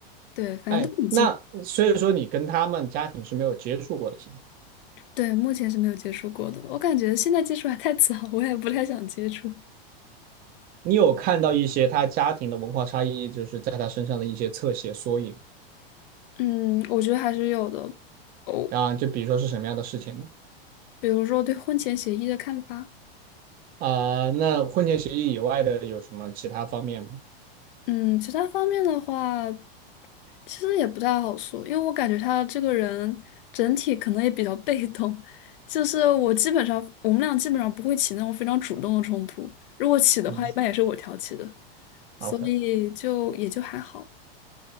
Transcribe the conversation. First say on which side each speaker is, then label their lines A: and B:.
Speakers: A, on the left; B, on the right.
A: 对，反正都很近。
B: 哎，那所以说你跟他们家庭是没有接触过的，现在
A: 对，目前是没有接触过的。我感觉现在接触还太早，我也不太想接触。
B: 你有看到一些他家庭的文化差异，就是在他身上的一些侧写缩影
A: <laughs> 嗯，我觉得还是有的。哦，
B: 啊？就比如说是什么样的事情呢？
A: 比如说对婚前协议的看法。
B: 啊、那婚前协议以外的有什么其他方面吗？
A: 嗯，其他方面的话，其实也不太好说，因为我感觉他这个人整体可能也比较被动。就是我基本上，我们俩基本上不会起那种非常主动的冲突，如果起的话，
B: 嗯
A: 一般也是我挑起的，所以就也就还好。
B: ，OK。